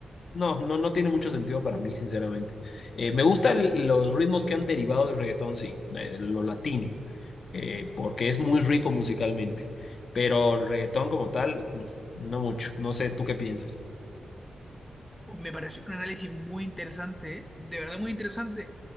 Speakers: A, on the left (about 45°); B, in the centre.
A: no, no, no tiene mucho sentido para mí, sinceramente. Eh, me gustan los ritmos que han derivado del reggaetón, sí, eh, lo latino, eh, porque es muy rico musicalmente, pero el reggaetón como tal. No mucho. No sé, ¿tú qué piensas?
B: Oh, Me pareció un análisis muy interesante, ¿eh? De verdad muy interesante,